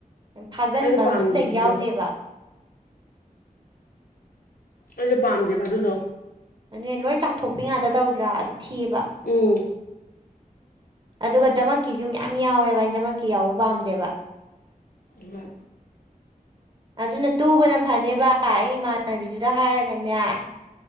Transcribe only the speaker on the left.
ꯑꯩꯁꯨ ꯄꯥꯝꯗꯦꯕ
ꯑꯗꯨꯗꯣ
ꯑꯩꯁꯨ ꯄꯥꯝꯗꯦꯕ ꯑꯗꯨꯗꯣ
ꯎꯝ
ꯍꯣꯏ